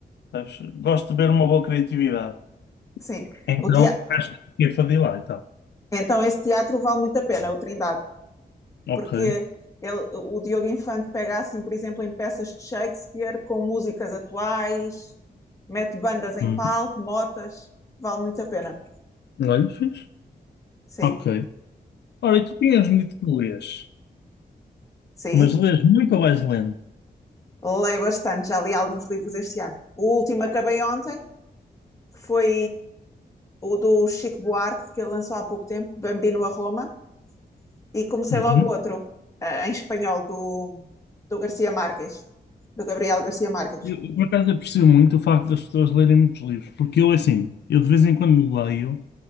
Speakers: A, on the left; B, on the left.
A: sabes? Gosto de ver uma boa criatividade.
B: Sim.
A: Então,
B: O tea-
A: acho que fiquei para de ir lá, então.
B: Então, esse teatro vale muito a pena, o Trindade.
A: Ok.
B: porque ele, o Diogo Infante pega assim, por exemplo, em peças de Shakespeare com músicas atuais, mete bandas em
A: Hum.
B: palco, motas, vale muito a pena.
A: Olha, fiz.
B: Sim,
A: Ok. Ora, e tu tinhas-me dito que lês,
B: sim,
A: mas lês muito ou vais lendo?
B: leio bastante, já li alguns livros este ano. O último acabei ontem, que foi o do Chico Buarque, que ele lançou há pouco tempo, Bambino a Roma, e comecei
A: Uhum.
B: logo outro, eh, em espanhol, do, do Garcia Marques, do Gabriel Garcia Marques.
A: Eu, eu, por acaso, aprecio muito o facto das pessoas lerem muitos livros, porque eu, assim, eu de vez em quando leio,